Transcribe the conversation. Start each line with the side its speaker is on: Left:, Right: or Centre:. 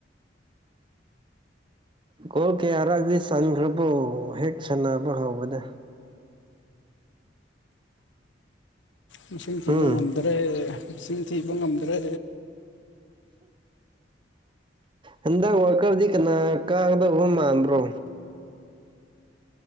Right: ꯒꯣ ꯀꯌꯥꯔꯛꯗꯤ ꯆꯟꯈ꯭ꯔꯕꯣ ꯍꯦꯛ ꯁꯥꯟꯅꯕ ꯍꯧꯕꯗ
Left: ꯃꯁꯤꯡ ꯊꯤꯕ
Right: ꯎꯝ
Left: ꯉꯝꯗ꯭ꯔꯦ ꯃꯁꯤꯡ ꯊꯤꯕ ꯉꯝꯗ꯭ꯔꯦ
Right: ꯍꯟꯗꯛ ꯋꯥꯀꯔꯗꯤ ꯀꯅꯥ ꯀꯥꯡꯗꯕ ꯃꯥꯟꯥꯟꯕ꯭ꯔꯣ